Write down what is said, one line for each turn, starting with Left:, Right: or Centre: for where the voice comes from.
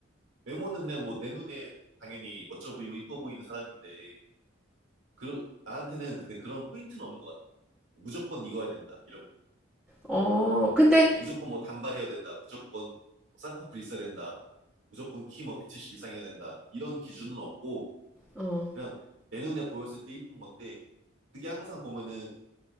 Right: 외모는 그냥 뭐 내 눈에 당연히 멋져 보이고 이뻐 보이는 사람인데, 그, 나한테는 근데 그런 포인트는 없는 것 같아. 무조건 이거야 된다. 이런
Centre: 어, 근데,
Right: 뭐 무조건 뭐 단발이어야 된다. 무조건 뭐 쌍꺼풀 있어야 된다. 무조건 키 뭐 170 이상이어야 된다. 이런 기준은 없고
Centre: 어,
Right: 그냥 내 눈에 보였을 때 이쁜 건데 그게 항상 보면은